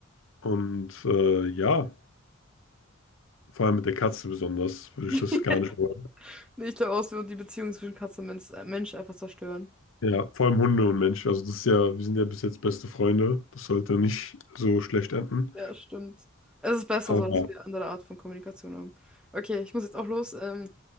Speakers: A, on the left; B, in the centre.
A: Und äh, ja. Vor allem mit der Katze besonders, würde
B: <laughs>
A: ich das gar nicht wollen.
B: Ich glaube auch, es wird die Beziehung zwischen Katze und Mensch, äh, Mensch einfach zerstören.
A: Ja, vor allem Hunde und Mensch. Also das ist ja, wir sind ja bis jetzt beste Freunde. Das sollte nicht so schlecht enden.
B: Ja, stimmt. Es ist besser
A: Aber
B: so, dass
A: ja.
B: wir eine andere Art von Kommunikation haben. Okay, ich muss jetzt auch los. Ähm,